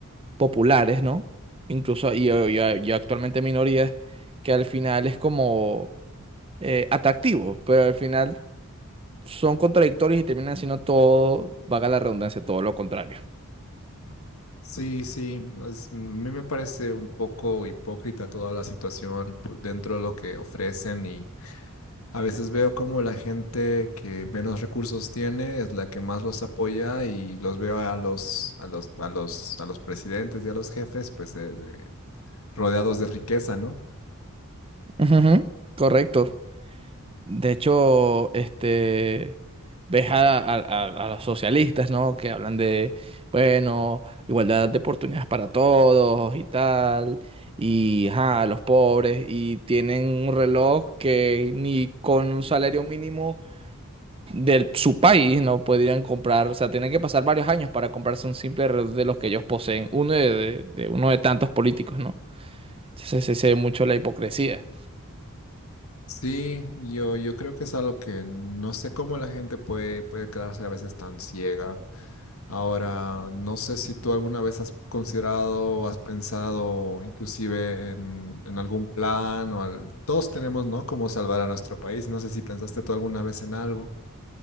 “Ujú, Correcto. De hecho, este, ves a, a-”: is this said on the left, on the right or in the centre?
Right